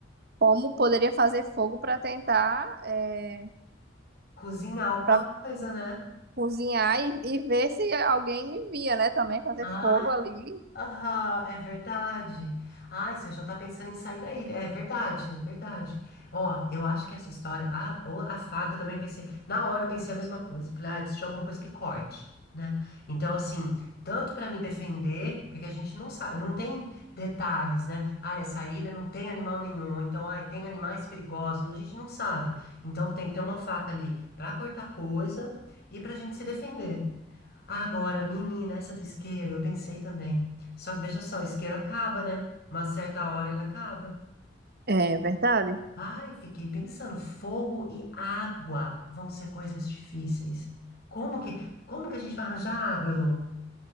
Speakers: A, on the right (about 55°); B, on the left (about 55°).
A: Como poderia fazer fogo para tentar é,
B: cozinhar alguma
A: para
B: coisa, né?
A: cozinhar e, e ver se alguém me via, né? Também fazer
B: Ah,
A: fogo ali.
B: aham, é verdade. Ai, você já tá pensando em sair da ilha. É verdade, é verdade. Ó, eu acho que essa história. A, o- a faca eu também pensei. Na hora eu pensei a mesma coisa. Falei, ah, eu preciso de alguma coisa que corte, né? Então, assim, tanto pra me defender, porque a gente não sabe, não tem detalhes, né? Ah, essa ilha não tem animal nenhum. Então, ai, tem animais perigosos. A gente não sabe. Então, tem que ter uma faca ali pra cortar coisa e pra gente se defender. Ah, Agora, menina, essa do isqueiro, eu pensei também. Só que veja só, o isqueiro acaba, né? Uma certa hora ele acaba.
A: É verdade.
B: Ai, fiquei pensando, fogo e água vão ser coisas difíceis. Como que, como que a gente vai arranjar água, Elô?